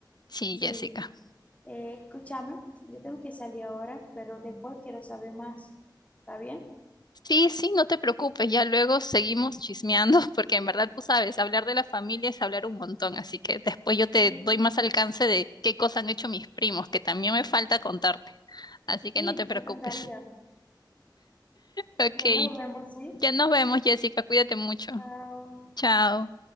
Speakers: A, on the left (about 60°); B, on the left (about 15°).
A: Sí,
B: Sí,
A: Jessica.
B: eh, escúchame, yo tengo que salir ahora, pero después quiero saber más. ¿Está bien?
A: Sí, sí, no te preocupes, ya luego seguimos chismeando, <laughs> porque en verdad tú sabes, hablar de la familia es hablar un montón, así que después yo te
B: Sí,
A: doy más alcance de qué cosas han hecho mis primos, que también me falta contarte. Así que
B: sí,
A: no te preocupes.
B: me encantaría.
A: Ok,
B: Bien, nos vemos, ¿sí?
A: ya nos vemos, Jessica, cuídate mucho.
B: Chao.
A: Chao.